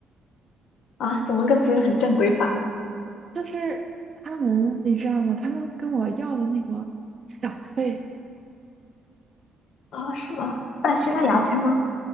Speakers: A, on the left (about 75°); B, on the right (about 35°).
A: 啊，怎么个不是很正规法？
B: 就是他们，你知道吗？他们跟我要的那个小费，
A: 啊，是吗？办西班牙签吗？
B: 是的，